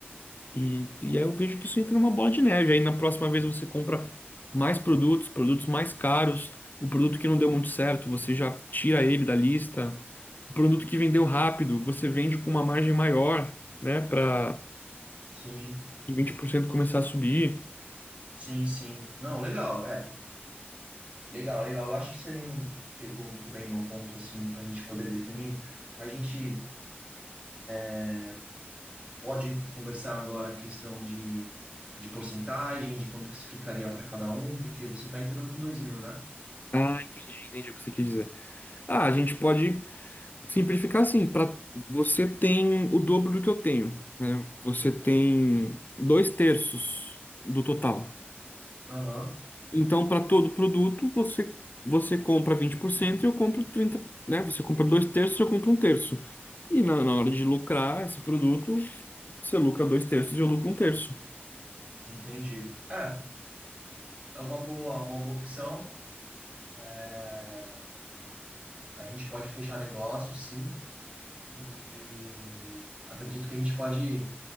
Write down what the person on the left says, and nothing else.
E, e aí eu vejo que isso entra numa bola de neve. Aí na próxima vez você compra mais produtos, produtos mais caros, o produto que não deu muito certo, você já tira ele da lista. O produto que vendeu rápido, você vende com uma margem maior, né, para
20% começar a subir.
Ah, entendi, entendi o que você quis dizer. Ah, a gente pode Simplificar assim, para você tem o dobro do que eu tenho, né? Você tem dois terços do total.
Então, para todo produto, você, você compra 20% e eu compro 30%, né? Você compra dois terços e eu compro um terço. E na, na hora de lucrar esse produto, você lucra dois terços e eu lucro um terço.